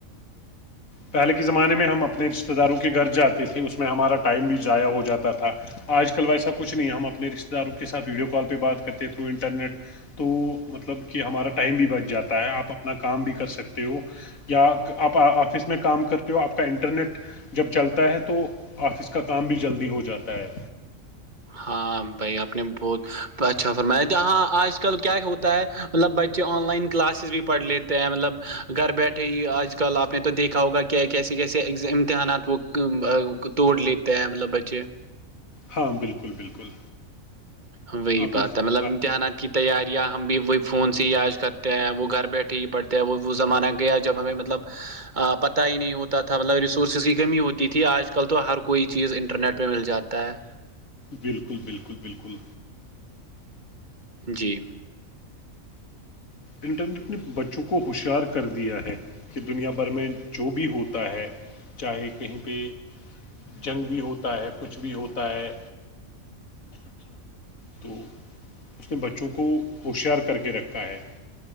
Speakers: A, on the left; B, on the right.
A: پہلے کے زمانے میں ہم اپنے رشتتے داروں کے گھر جاتے تھے اس میں ہمارا ٹائم بھی ضائع ہو جاتا تھا آج کل ویسا کچھ نہیں ہے ہم اپنے رشتے داروں کے ساتھ ویڈیو کال پہ بات کرتے تھرو انٹرنیٹ تو مطلب کہ ہمارا ٹائم بھی بچ جاتا ہے آپ اپنا کام بھی کر سکتے ہو یا آپ آفس میں کام کرتے ہو آپ کا انٹرنیٹ جب چلتا ہے تو آفس کا کام بھی جلدی ہو جاتا ہے
B: ہاں بھائی آپ نے بہت اچھا فرمایا جاں آج کل کیا ہوتا ہے مطلب بچے آن لائن کلاسز بھی پڑھ لیتے ہیں مطلب گھر بیٹھے ہی آج کل آپ نے تو دیکھا ہوگا کہ کیا کیسے کیسے امتحانات وہ توڑ لیتے ہیں مطلب بچے
A: ہاں بالکل بالکل
B: وہی
A: آپ
B: بات
A: نے صحیح
B: ہے مطلب امتحانات
A: کہ
B: کی تیاریاں ہم بھی وہی فون سے ہی یاج کرتے ہیں وہ گھر بیٹھے ہی پڑھتے ہیں وہ زمانہ گیا جب ہمیں مطلب پت ہی نہیں ہوتا تھا مطلب ریسورسز کی کمی ہوتی تھی آج کل تو ہر کوئی چیز انٹرنیٹ <unintelligible> پہ مل جاتا ہے
A: بالکل بالکل بالکل
B: جی
A: انٹرنیٹ نے بچوں کو ہوشیار کر دیا ہے کہ دنیا بھر میں جو بھی ہوتا ہے چاہے کہیں پہ جنگ بھی ہوتا ہے کچھ بھی ہوتا ہے تو اس نے بچوں کو ہوشیار کر کے رکھا ہے